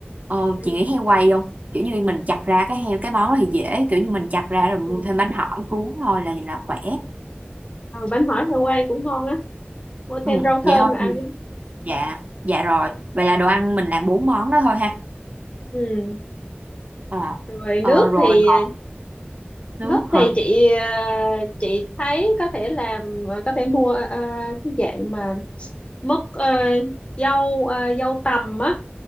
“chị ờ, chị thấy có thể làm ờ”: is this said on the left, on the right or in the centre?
Left